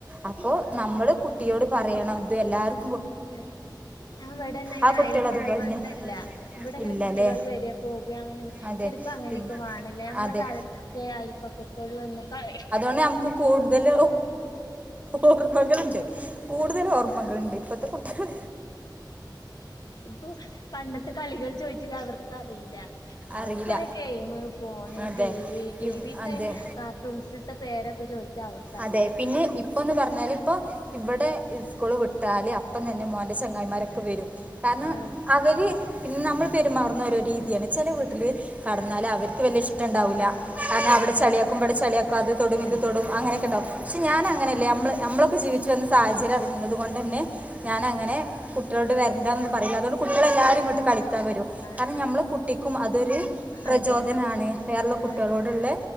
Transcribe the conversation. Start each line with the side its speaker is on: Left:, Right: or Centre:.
Right: അപ്പോ- നമ്മള് കുട്ടിയോട് പറയണം ഇത് എല്ലാവർ-
Left: അതെ ഞാൻ ഇവിടെ ഇന്ന്
Right: ആ കുട്ടികൾ
Left: അയല്പ്പൊക്കെ
Right: അതുപോലെ
Left: ബന്ധല്ല
Right: തന്നെ
Left: ഇവിടെ അങ്ങനെ
Right: ഇല്ല
Left: കുട്ടികൾ
Right: അല്ലേ
Left: വര- പോകുക അങ്ങനെ എ -
Right: അതെ
Left: ശരിക്കും അങ്ങനെയൊക്കെ
Right: ഇവ്-
Left: വേണല്ലേ നമ്മളെ
Right: അതെ
Left: കാലത്തൊക്കെ അയൽപ്പക്കത്തോല് വന്ന് ക
Right: പിന്നെ നമുക്ക് കൂടുതൽ ഓർമ്മകളുണ്ട് കൂടുതൽ ഓർമ്മകൾണ്ട് ഇപ്പത്തെ കുട്ടികൾ
Left: ഇപ്പൊ പണ്ടത്തെ കളികൾ ചോദിച്ചിട്ട് അവർക്കറിയില്ല
Right: അറിയില്ല
Left: അവർക്ക് കുറെേ ഗെയിം ഫോണ്
Right: അതെ
Left: ടി വി ടി
Right: ഇവ്-
Left: വിത്തെ
Right: അതെ
Left: കാർട്ടൂൺസിത്തെ പേരൊക്കെ ചോദി ച്ച അവർക്കറിയാം
Right: അതെ പിന്നെ ഇ ഇപ്പന്ന് പറഞ്ഞല് ഇപ്പ ഇവിടെ സ്കൂള് വിട്ടാല് അപ്പം തന്നെ മോന്റെ ചെങ്ങായിമാരൊക്കെ വരും കാരണം
Left: ആഹ്
Right: അവര് പിന്നെ നമ്മൾ പെരുമാറുന്ന ഓരോ രീതിയാണ് ചില വീട്ടില് കടന്നാല് അവർ ക് വലിയ ഇഷ്ടണ്ടാവില്ല
Left: ആഹ്
Right: കാരണം അവിടെ
Left: അതെ
Right: ചളിയാക്കും
Left: അതെ
Right: ഇവിടെ ചളിയാക്കും അത് തൊടും
Left: അതെ
Right: ഇത് തോടും അങ്ങനെയൊക്കെണ്ടാവും
Left: അതെ
Right: പക്ഷെ ഞാനങ്ങനെയല്ല നമ്മൾ നമ്മളൊക്കെ ജീവിച്ചു വന്ന സാഹചര്യം അറിയതുകൊണ്ട് തന്നെ ഞാനങ്ങനെ
Left: അതെ
Right: കുട്ട കുട്ടികളോട് വരണ്ടന്നും പറയില്ല അതുകൊണ്ട് കുട്ടികളെ
Left: അതെ
Right: എല്ലാവരും ഇങ്ങോട്ട് കളിക്കാൻ വരും
Left: അതെ
Right: കാരണം നമ്മളെ കുട്ടിക്കും അതൊരു പ്രചോദനാണ്
Left: അതെ
Right: വേറെള്ള
Left: ഉം
Right: കുട്ടികളോടുള്ള
Left: അതെ